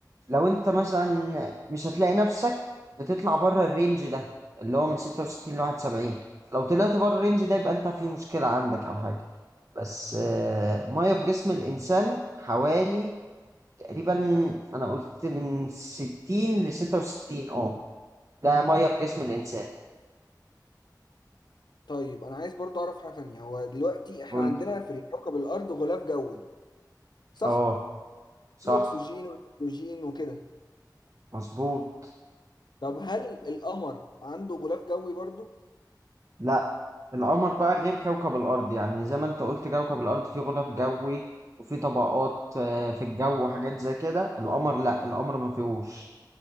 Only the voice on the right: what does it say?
لو أنت مثلا مش هتلاقي نفسك بتطلع بره الرينج ده اللي هو من 66 ل 71 لو طلعت بره الرينج ده يبقى أنت في مشكلة عندك أو حاجة بس آه، مية في جسم الإنسان حوالي تقريبا أنا قلت من ستين لستة وستين اه ده مية في جسم الإنسان
قلت
اه صح
مظبوط
لا القمر بقى غير كوكب الأرض يعني زي ما أنت قلت كوكب الأرض فيه غلاف جوي وفيه طبقات آه، في الجو وحاجات زي كده القمر لا القمر ما فيهوش